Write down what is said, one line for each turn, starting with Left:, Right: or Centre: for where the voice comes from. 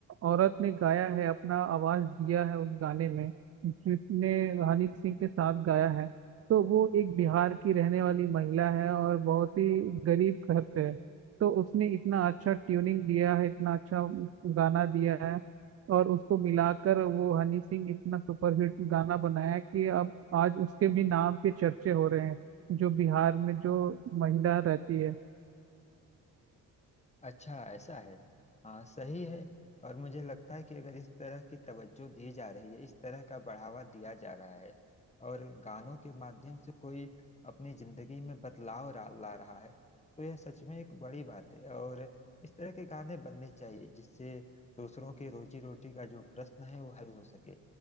Right: औरत ने गाया है अपना आवाज़ दिया है उस गाने में जिसने हनी सिंह के साथ गाया है तो वो एक बिहार की रहने वाली महिला है और बहुत ही गरीब घर से है तो उसने इतना अच्छा ट्यूनिंग दिया है इतना अच्छा गाना दिया है और उसको मिलाकर वो हनी सिंह इतना सुपरहिट गाना बनाया कि अब आज उसके भी नाम के चर्चे हो रहे हैं जो बिहार में जो महिला रहती है
Left: अच्छा ऐसा है हाँ सही है और मुझे लगता है कि अगर इस तरह की तवज्जो दी जा रही है इस तरह का बढ़ावा दिया जा रहा है और गानों के माध्यम से कोई अपनी जिंदगी में बदलाव ला ला रहा है तो यह सच में एक बड़ी बात है और इस तरह के गाने बनने चाहिए जिससे दूसरों की रोजी रोटी का जो प्रश्न है वो हल हो सके